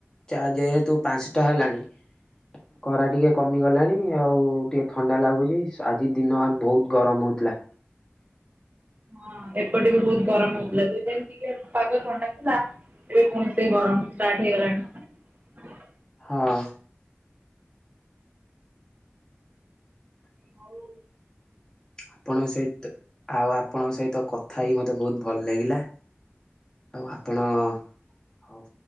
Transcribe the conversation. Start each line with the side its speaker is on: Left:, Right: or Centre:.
Left: ଚା ଯେହେତୁ ପାଞ୍ଚଟା ହେଲାଣି। ଖରା ଟିକେ କମିଗଲାଣି ଆଉ ଟିକେ ଥଣ୍ଡା ଲାଗୁଛି ଆଜି ଦିନ ମାନ ବହୁତ ଗରମ ହେଉଛି। ପ୍ଲା
Right: ହଁ ଏପଟେ ବି ବହୁତ ଗରମ ହଉଥିଲା, ଦୁଇ ଦିନ ଟିକେ ପାଗ ଥଣ୍ଡା ନା ଏବେ କୌଣସି ଗରମ ଷ୍ଟାର୍ଟ ହେଇଗଲାଣି।
Left: ହଁ
Right: ହୋଉ
Left: ଆପଣଙ୍କ ସହିତ ଆଉ ଆପଣଙ୍କ ସହିତ କଥା ହେଇ ମୋତେ ବହୁତ ଭଲ ଲାଗିଲା ଆଉ ଆପଣ ହଉ